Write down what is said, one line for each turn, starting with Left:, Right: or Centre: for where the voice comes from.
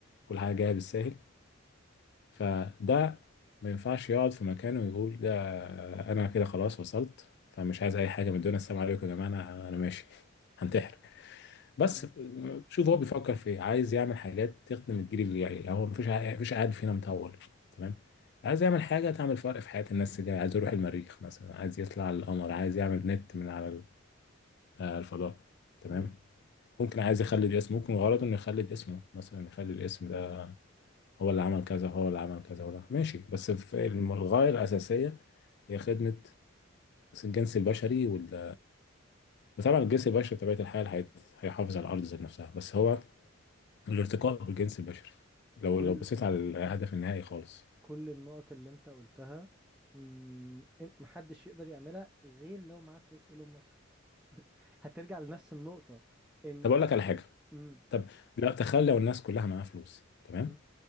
Left: كل حاجه جايه بالساهل فده ما ينفعش يقعد في مكانه ويقول ده انا كده خلاص وصلت فمش عايز اي حاجه من الدنيا السلام عليكم يا جماعه انا انا ماشي <laughs> هنتحر بس
Centre: أمم،
Left: شوف هو بيفكر في ايه عايز يعمل حاجات تخدم الجيل اللي جاي يعني هو مفيش ع- مفيش قاعد فينا مطول تمام عايز يعمل حاجه تعمل فرق في حياه الناس اللي جايه عايز يروح المريخ مثلا عايز يطلع على القمر عايز يعمل نت من على ال- آه، الفضاء تمام
Centre: أمم.
Left: ممكن عايز يخلد اسمه ممكن غرضه انه يخلد اسمه مثلا يخلي الاسم ده هو اللي عمل كذا هو اللي عمل كذا ولا ماشي بس في الم- الغايه الاساسيه هي خدمه الجنس البشري وال... وطبعا الجنس البشري بطبيعه الحال هيت- هيحافظ على الارض ذات نفسها بس هو الارتقاء بالجنس البشري لو
Centre: كل
Left: لو بصيت على الهدف النهائي خالص
Centre: كل النقط اللي انت قلتها أمم، إن- محدش يقدر يعملها غير لو معاه فلوس ايلون ماسك هترجع لنفس النقطة ان
Left: طب اقول لك على حاجه
Centre: امم
Left: طب لا تخيل لو الناس كلها معاها فلوس تمام
Centre: امم